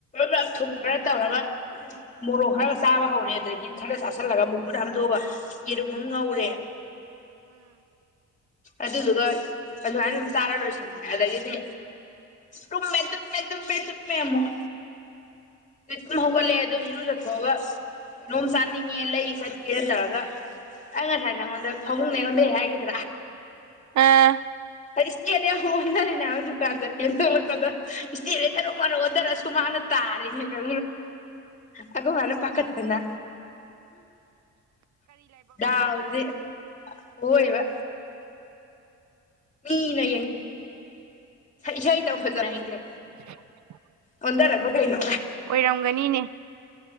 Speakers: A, on the left; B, on the right.
A: ꯄꯨꯞ ꯊꯨꯝ ꯈꯔ ꯇꯧꯔꯒ ꯃꯣꯔꯣꯛ ꯈꯔ ꯆꯥꯕ ꯍꯧꯔꯦ ꯑꯗꯨꯗꯒꯤ ꯈꯔ ꯆꯥꯥꯁꯜꯂꯒ ꯃꯈꯨꯨꯠ ꯍꯥꯝꯗꯣꯛꯑꯒ ꯌꯦꯔꯨꯝ ꯑꯃ ꯉꯧꯔꯦ ꯑꯗꯨꯗꯨꯒ ꯑꯗꯨꯃꯥꯏꯅ ꯑꯗꯨꯝ ꯆꯥꯔ ꯂꯣꯏꯁꯟꯈ꯭ꯔꯦ ꯑꯗꯒꯤꯗꯤ ꯇꯨꯝꯃꯦ ꯇꯨꯝꯃꯦ ꯇꯨꯝꯃꯦ ꯇꯨꯝꯃꯦ ꯑꯃꯨꯛ ꯇꯨꯝ ꯍꯧꯒꯠꯂꯦ ꯑꯗꯨꯗꯣ ꯏꯔꯨꯖꯊꯣꯛꯑꯒ ꯀꯩꯅꯣꯝ ꯆꯥꯅꯤꯡꯉꯦ ꯂꯩ ꯆꯠꯀꯦꯅ ꯇꯧꯔꯒ ꯑꯩ ꯉꯁꯥꯏ ꯅꯉꯣꯟꯗ ꯐꯃꯨꯡꯅꯦ ꯑꯩꯉꯣꯟꯗꯩ ꯍꯥꯏꯈꯤꯗ
B: ꯑꯝ
A: ꯏꯁꯀꯤ ꯑꯗꯤ ꯑꯣꯟꯅꯔꯤꯅꯦ ꯗꯨ ꯀꯥꯟ ꯆꯠ ꯀꯦꯟ ꯊꯣꯡꯂꯛꯄꯗ ꯏꯁꯇꯦꯁꯦ ꯊꯔꯣ ꯃꯔꯣꯛ ꯑꯣꯟꯊꯔꯁꯨ ꯃꯥꯅ ꯇꯥꯔꯤꯅꯦ ꯈ ꯑꯩꯈ ꯃꯥꯅ ꯄꯥꯈꯠꯇꯅ ꯗꯥꯎꯁꯦ ꯑꯣꯏꯕ ꯃꯤꯅꯡ ꯏꯁꯩ ꯇꯧ ꯐꯖꯅ ꯑꯩꯁꯦ
B: <unintelligible>
A: ꯑꯣꯗꯔꯕ ꯀꯥꯏꯩꯅꯣ
B: ꯑꯣꯏꯔꯝꯒꯅꯤꯅꯦ